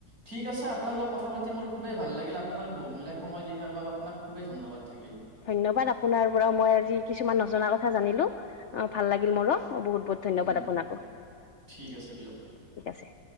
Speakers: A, on the right (about 50°); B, on the left (about 65°).
A: ঠিক আছে আপোনা লগত কথা পাতি মোৰ খুবেই ভাল লাগিল, আপোনাৰ বহুূলীয়া সময় দিয়াৰ বাবে, আপোনাক খুবেই ধন্যবাদ। থাকিল।
B: ধন্যবাদ, আপোনাৰ পৰা মই আজি কিছুমান নজনা কথা জানিলো, অ', ভাল লাগিল মোৰো, বহুত বহুত। ধন্যবাদ
A: উম
B: আপোনাকো,
A: ঠিক আছে দিয়ক।
B: ঠিক আছে।